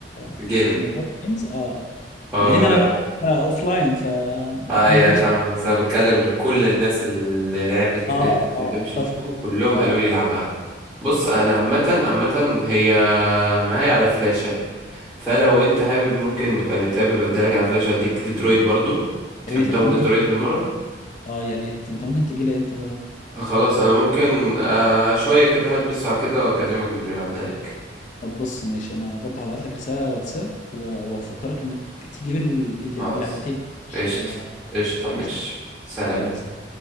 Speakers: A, on the left (about 40°); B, in the centre.
A: في
B: جيمنج
A: في موضوع الجيمز اه
B: اه
A: لان
B: لا
A: انا بقى اوف لاين فماليش
B: آه، اي اي فاهمك بس انا بتكلم ان كل الناس اللي لعبت
A: اه
B: Red Dead
A: اه
B: Redemption
A: اتفق
B: 2 كلهم
A: اه آه.
B: قالوا لي العبها بص انا عامة عامة هي معايا على فلاشة فلو انت حابب ممكن نبقى نتقابل واديلك على فلاش اديك ديترويت برضو تحب
A: يا ريت
B: تاخد
A: انت ممكن
B: ديترويت
A: تجي
B: بالمرة
A: لي اه يا ريت انت ممكن تجي لي امتى طيب
B: خلاص انا ممكن آه شوية كده هلبس ساعة كده واكلمك بالليل عدالك
A: طب بص ماشي انا برضه هبعت لك رساله على الواتساب و- وهفكرك انك تجيب ال- ال-
B: خلاص
A: اللعبتين مش
B: قشطة قشطة ماشي
A: ماشي
B: سلام
A: خلاص